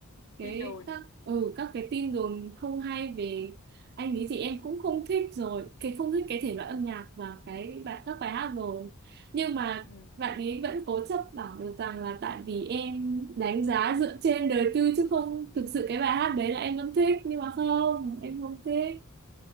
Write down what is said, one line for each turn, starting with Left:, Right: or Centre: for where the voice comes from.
Right: cái
Left: Tin đồn.
Right: các ừ các cái tin đồn không hay về anh ấy thì em cũng không thích rồi cái không thích cái thể loại âm nhạc và cái bài các bài hát rồi nhưng mà
Left: Ừ.
Right: bạn ấy vẫn cố chấp bảo được rằng là tại vì em đánh giá dựa trên đời tư chứ không thực sự cái bài hát đấy là em vẫn thích nhưng mà không em không thích